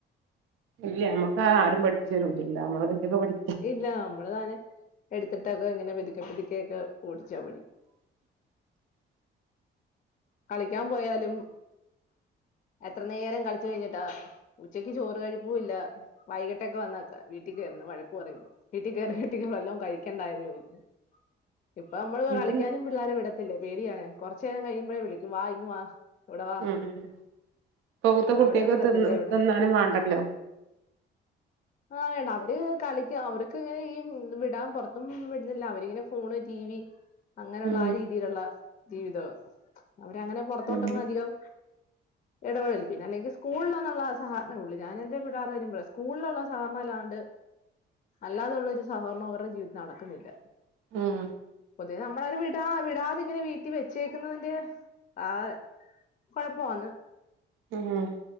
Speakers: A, on the right; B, on the left.
A: ഇല്ല ഞമ്മക്ക് ആരും പഠിച്ചു തരൂല്ലല്ലോ നമ്മളൊറ്റക്ക് പഠി
B: ഇല്ല നമ്മള് താനെ എടുത്തിട്ടൊക്കെ ഇങ്ങനെ പിതുക്കെ പിതുക്കെ ഒക്കെ ഓടിച്ചാ പഠി
A: <inaudible>
B: കളിക്കാൻ പോയാലും എത്ര നേരം കളിച്ചു കഴിഞ്ഞിട്ടാ ഉച്ചയ്ക്ക് ചോറ് കഴിപ്പും ഇല്ല വൈകിട്ടൊക്കെ വന്നേക്കാ വീട്ടിൽ കേറുന്നെ വഴ ക്കു പറയും ഇപ്പോ വീട്ടി കേറി വീട്ടീന്ന് വല്ലോം കഴിക്കണ്ടായോന്ന് ചോദിക്കും ഇപ്പ നമ്മള്
A: ഇത്
B: കളിക്കാനും വി <unintelligible> വിടത്തില്ല പേടിയാണ് കുറച്ച നേരം കഴിയുമ്പോഴേ വിളിക്കും വാ ഇങ്ങ് വാ ഇവിടെ വാ
A: ഉ ഇപ്പത്തെ കുട്ടിയക്ക്
B: അവിടെയും വിടത്തില്ല
A: തിന്ന
B: ഇവിടെ
A: തിന്നാനും വേണ്ടല്ലോ?
B: ആഹ് വേണ്ട അവര് കളി ക്കാ അവർക്ക് ഇങ്ങനെ ഈ വിടാൻ പൊറത്തും വിടുന്നില്ല അവരിങ്ങനെ ഫോണ്, ടി വി അങ്ങനെയുള്ള
A: ഉം
B: ആ രീതിയിലുള്ള ജീവിതവാ അവര് അങ്ങനെ പൊറത്തോട്ടൊന്നും
A: അതെ
B: അധികം ഇടപെഴല് പിന്നെ അല്ലെങ്കിൽ സ്കൂളിൽ നിന്നുള്ള സഹകരണേ ഉള്ളൂ ഞാ എന്റെ പിള്ളാർ വരുമ്പോഴേ സ്കൂളിലുള്ള സഹകരണല്ലാണ്ട് അല്ലാതുള്ള ഒരു സഹകരണം അവരുടെ ജീവിതത്തിൽ നടക്കുന്നില്ല.
A: ഉം
B: അതെ നമ്മളവരെ വിടാ വിടാതെ ഇങ്ങനെ വീട്ടിൽ വെച്ചേക്കുന്നതിന്റെ ആഹ് കൊഴപ്പവാന്ന്.
A: ഉം